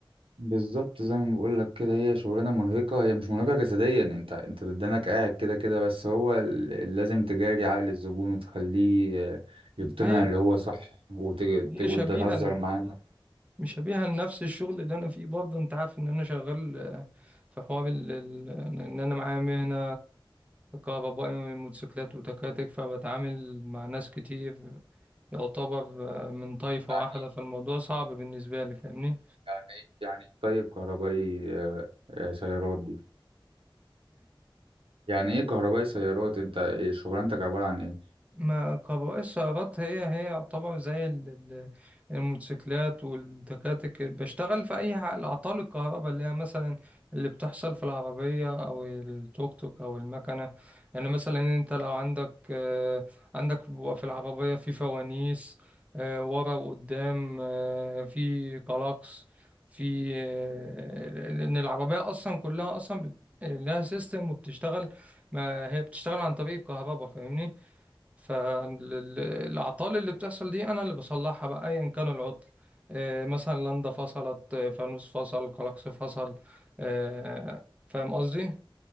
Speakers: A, on the right; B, on the right.
A: بالظبط زي ما بقول لك كده هي شغلانه مرهقه هي مش مرهقه جسديا انت انت بدنك قاعد كده كده بس هو ال- ال- لازم تجاري عقل الزبون وتخليه آه، يقتنع
B: هي
A: اللي هو صح وت-
B: هي
A: ت- وتهزر
B: شبيهه
A: معاه
B: مش هبيع لنفس الشغل اللي انا فيه برضه انت عارف ان انا شغال آه، في حوار ال- ال- ان انا معايا مهنة كهربائي موتوسيكلات وتكاتك فبتعامل مع ناس كتير يعتبر آه، من طائفة
A: يعني
B: واحدة فالموضوع صعب بالنسبة لي فاهمني
A: يعني ايه يعني إيه طيب كهربائي آه، آه، سيارات دي يعني ايه كهربائي سيارات انت إيه شغلانتك عباره عن ايه
B: ما كهرباء السيارات هي هي يعتبر زي ال- ال- الموتوسيكلات والتكاتك بشتغل في أي ح- الأعطال الكهرباء اللي هي مثلا اللي بتحصل في العربية أو التوك توك أو المكنة يعني مثلا أنت لو عندك آه، عندك بيبقى في العربية في فوانيس آه، ورا وقدام آه، في كلاكس في آه، لأن العربية أصلا كلها أصلا بت- لها سيستم وبتشتغل ما هي بتشتغل عن طريق الكهرباء فاهمني فالأعطال اللي بتحصل دي أنا اللي بصلحها بقى أيا كان العطل آه، مثلا لندا فصلت آه، فانوس فصل كلاكس فصل آه، فاهم قصدي؟